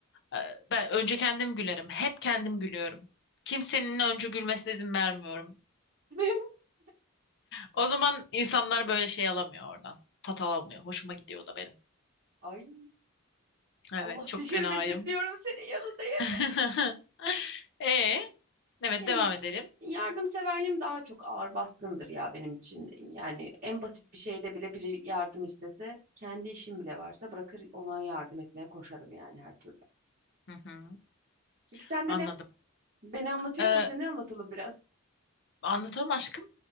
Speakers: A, on the left; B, on the right.
A: Ee, Ben önce kendim gülerim. Hep kendim gülüyorum. Kimsenin önce gülmesine izin vermiyorum.
B: <laughs>
A: O zaman insanlar böyle şey alamıyor oradan. Tat alamıyor. Hoşuma gidiyor o da benim.
B: Ay
A: Evet,
B: Allah
A: çok
B: düşürmesin
A: fenayım.
B: diyorum senin yanında hep.
A: <laughs> E, evet
B: Ey,
A: devam edelim.
B: yardımseverliğim daha çok ağır baskındır ya benim için. Yani en basit bir şeyde bile biri yardım istese, kendi işim bile varsa bırakır ona yardım etmeye koşarım yani her türlü.
A: Hı hı,
B: Peki sende
A: anladım.
B: ne? Beni anlatıyorsa
A: Ee,
B: seni anlatalım biraz.
A: Anlatamam aşkım.